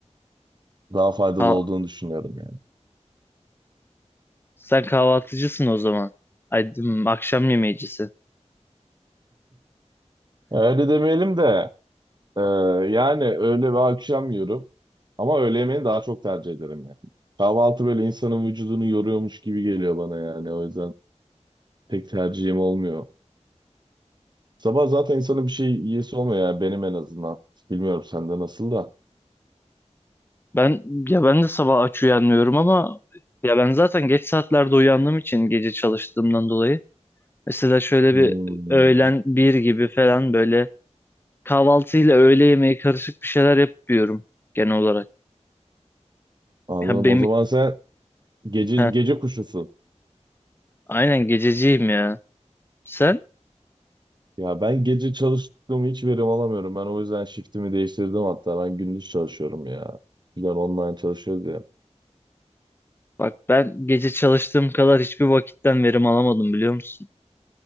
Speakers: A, on the right (about 35°); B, on the left (about 20°).
A: Daha faydalı
B: Ha,
A: olduğunu düşünüyorum yani.
B: sen kahvaltıcısın o zaman. Ay, dım, akşam yemeğicisi.
A: Öyle demeyelim de e, yani öğle ve akşam yiyorum. Ama öğle yemeğini daha çok tercih ederim yani. Kahvaltı böyle insanın vücudunu yoruyormuş gibi geliyor bana yani. O yüzden pek tercihim olmuyor. Sabah zaten insanın bir şey yiyesi olmuyor yani benim en azından. Bilmiyorum sende nasıl da.
B: Ben ya ben de sabah aç uyanmıyorum ama ya ben zaten geç saatlerde uyandığım için gece çalıştığımdan dolayı mesela şöyle
A: Hmm,
B: bir öğlen bir gibi falan böyle kahvaltıyla öğle yemeği karışık bir şeyler yapıyorum genel olarak.
A: anladım.
B: Ya benim
A: O zaman sen gece
B: ha,
A: gece kuşusun.
B: aynen gececiyim ya. Sen?
A: Ya ben gece çalıştığımı hiç verim alamıyorum. Ben o yüzden shiftimi değiştirdim hatta. Ben gündüz çalışıyorum ya. Bizler online çalışıyoruz ya.
B: Bak ben gece çalıştığım kadar hiçbir vakitten verim alamadım biliyor musun?